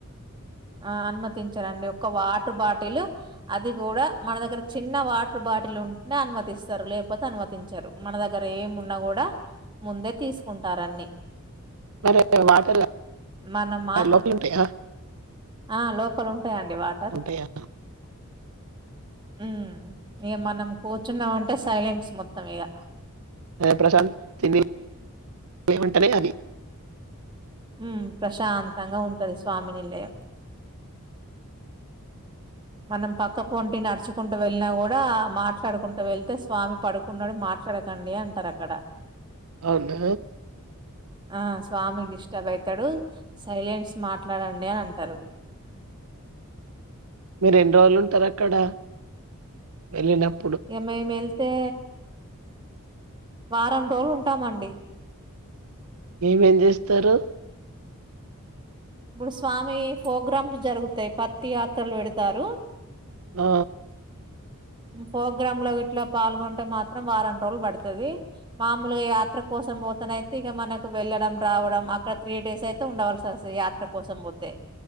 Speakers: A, on the right; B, on the right.
A: ఆ అనుమతించరండి ఒక వాటర్ బాటిల్ అది గూడా మన దగ్గర చిన్న వాటర్ బాటిల్ ఉంటేనే అనుమతిస్తారు లేకపోతే అనుమతించరు మన దగ్గర ఏమున్నా గూడా ముందే తీసుకుంటారన్ని
B: మరి <unintelligible>
A: మనం మా
B: లోపలె ఉంటాయా
A: ఆ లోపల ఉంటాయండి వాటర్
B: ఉంటాయా?
A: ఊమ్ ఇగ మనం కూర్చున్నామంటే సైలెంట్స్ మొత్తం ఇగ
B: ప్రశాంత్ తిని వంటనే అవి <unintelligible>
A: ఉమ్ ప్రశాంతంగా ఉంటది స్వామినిలయం మనం పక్క పోంటి నడుచుకుంటూ వెళ్ళినా కూడా మాట్లాడు కుంటూ వెళ్తే స్వామి పడుకున్నాడు మాట్లాడకండి అంటారు అక్కడ
B: అవున
A: ఆ స్వామి డిస్టర్బ్ అయితాడు సైలెంట్స్ మాట్లాడండి అని అంటారు
B: మీరెన్ రోలు ఉంటారక్కడ వెళ్ళినప్
A: ఏ మేమ్ ఎళ్తే వారం రోజ్లు ఉంటామండి
B: ఏమేం జేస్తరు
A: ప్పుడ్ స్వామీ ప్రోగ్రామ్స్ జరుగుతాయి పత్తి యాత్రలు వెడ్తారు
B: ఆ
A: ఫోగ్రామ్లో ఇట్లో పాల్గొంటే మాత్రం వారం రోలు పడ్తది మామూలుగ యా త్ర కోసం పోతేనైతే ఇక మనకు వెళ్ళడం రావడం అక్కడ త్రీ డేస్ ఐతే ఉండవలసి అస్తు యాత్ర కోసం పోతే